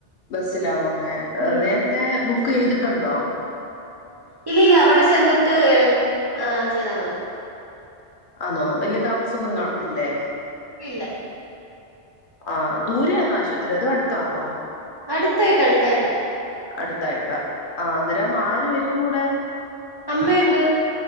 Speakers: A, on the left (about 55°); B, on the right (about 40°).
A: ബസ്സിലാ പോന്നേ
B: ഉം
A: നേരത്തെ ബുക്ക് ചെയ്തിട്ടുണ്ടോ..
B: ഇല്ലില്ല അവിടെ ചെന്നിട്ട് ഏഹ് ആഹ് ചെയ്താൽ മതി..
A: ആന്നോ വല്യ താമസം ഒന്നും കാണത്തില്ലേ.
B: ഇല്ല
A: ആഹ് ദൂരെയാന്നോ ആശുപത്രി അതൊ അടുത്താന്നോ.
B: അടുത്തായിട്ടാ അടുത്തായിട്ടാ.
A: അടുത്തായിട്ടാ ആഹഹ് അന്നരം ആര് വരും കൂടെ.
B: അമ്മയുണ്ട്.